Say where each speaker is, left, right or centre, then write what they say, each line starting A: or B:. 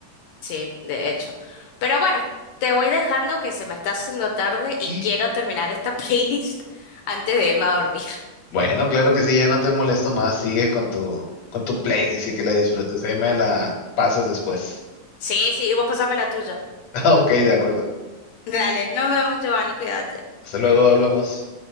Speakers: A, on the left; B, on the left.
A: sí, de hecho. Pero bueno, te voy dejando que se me está haciendo tarde y
B: Y
A: quiero terminar esta <laughs> playlist antes de irme a dormir.
B: Bueno, claro que sí, ya no te molesto más, sigue con tu con tu playlist y que la disfrutes. Ahí me la pasas después.
A: Sí, sí, y vos pasame la tuya.
B: <laughs> Ok, de acuerdo.
A: Dale, nos vemos, Giovanni, cuídate.
B: Hasta luego, hablamos.